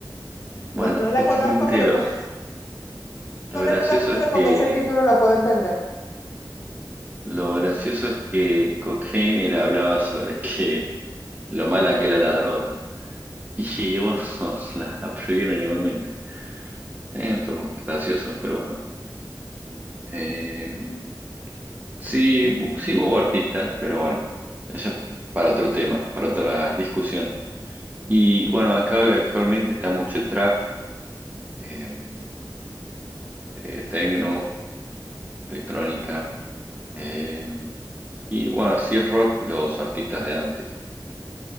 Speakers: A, on the right (about 20°); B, on the left (about 40°).
A: Bueno,
B: no, no
A: <laughs>
B: la
A: justamente
B: conozco, pero
A: lo,
B: con, <laughs> no
A: lo
B: la
A: gracioso
B: conozco, pero
A: es
B: con
A: que
B: ese título lo puedo entender.
A: Lo gracioso es que Cocaine le hablaba sobre que lo mala que era la droga. Y bueno, <laughs> la prohibieron igualmente. Eh, entonces, gracioso, pero bueno. Eh, sí, hu- sí hubo artistas, pero bueno, eso es para otro tema, para otra discusión. Y bueno, acá actualmente está mucho el trap, eh, eh, tecno, electrónica. eh, y bueno, si es rock, los artistas de antes.